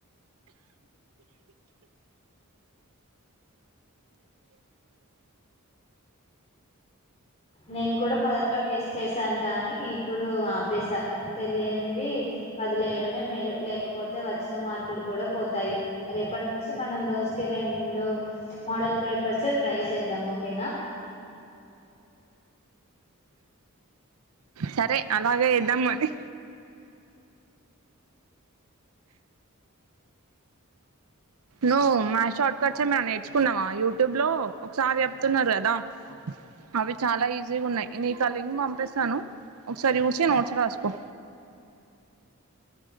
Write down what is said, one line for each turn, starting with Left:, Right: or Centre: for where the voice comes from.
Left: నేను కూడా మొదట్లో గెస్ చేశాను కానీ ఇప్పుడు ఆపేస తెలియనివి వదిలేయడమే మేలు లేకపోతే వచ్చిన మార్కులు కూడా పోతాయి రేపటి నుంచి మనం రోజుకి రెండు మోడల్ పేపర్స్ ట్రై చేద్దాం ఓకేనా
Right: సరే అలాగే ఇద్దాం అని నువ్వు మా షార్ట్ కట్స్ ఏ మే నేర్చుకున్నావా యూట్యూబ్ లో ఒకసారి చెప్తున్నారు కదా అవి చాలా ఈజీగా ఉన్నాయి నీ కలింగ్ పంపిస్తాను ఒకసారి చూసి నోట్స్ రాసుకో